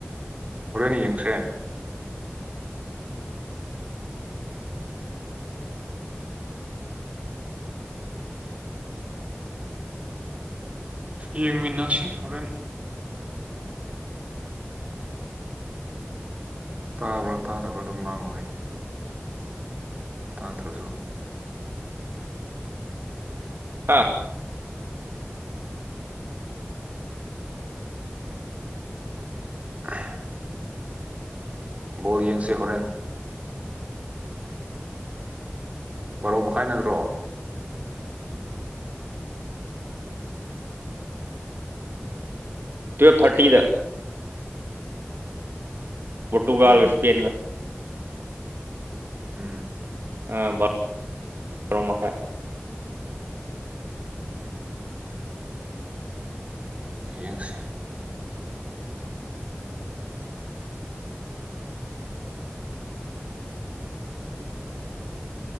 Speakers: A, on the right; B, on the right.
A: ꯍꯣꯔꯦꯟꯅꯦ ꯌꯦꯡꯈ꯭ꯔꯦ ꯌꯦꯡꯃꯤꯟꯅꯁꯦ ꯍꯣꯔꯦꯟ ꯇꯥꯕ꯭ꯔꯥ ꯇꯥꯗꯕ꯭ꯔꯥ ꯑꯗꯨꯝ ꯉꯥꯡꯉꯛꯍꯦ ꯇꯥꯠꯇ꯭ꯔꯁꯨ
B: ꯑꯥ
A: ꯑ ꯕꯣꯜ ꯌꯦꯡꯁꯦ ꯍꯣꯔꯦꯟ ꯕꯥꯔꯣ ꯃꯈꯥꯏ ꯅꯠꯇ꯭ꯔꯣ
B: ꯇꯨꯌꯦꯜꯞ ꯊꯥꯔꯇꯤꯗ ꯄꯣꯔꯇꯨꯒꯜ
A: ꯎꯝ
B: ꯏꯁꯄꯦꯟ
A: ꯎꯝ
B: ꯑ ꯇꯔꯣ ꯃꯈꯥꯏ
A: ꯌꯦꯡꯁꯤ